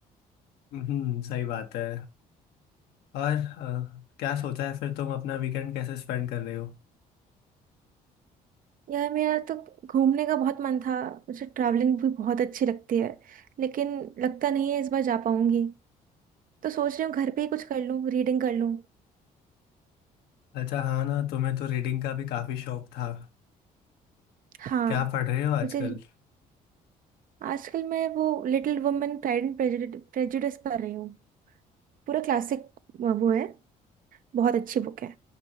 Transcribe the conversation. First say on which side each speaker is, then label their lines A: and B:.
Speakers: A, on the left; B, on the right.
A: हम्म सही बात है और अ, क्या सोचा है फिर तुम अपना वीकेंड कैसे स्पेंड कर रहे हो
B: यार मेरा तो घूमने का बहुत मन था मुझे ट्रैवलिंग भी बहुत अच्छी लगती है लेकिन लगता नहीं है इस बार जा पाऊंगी तो सोच रही हूँ घर पे ही कुछ कर लूँ रीडिंग कर लूँ
A: अच्छा हाँ ना तुम्हें तो रीडिंग का भी काफी शौक था
B: हाँ
A: क्या पढ़ रहे हो आजकल
B: मुझे आजकल मैं वो Little Women Pride and Prejudice पढ़ रही हूँ पूरा क्लासिक वो है बहुत अच्छी बुक है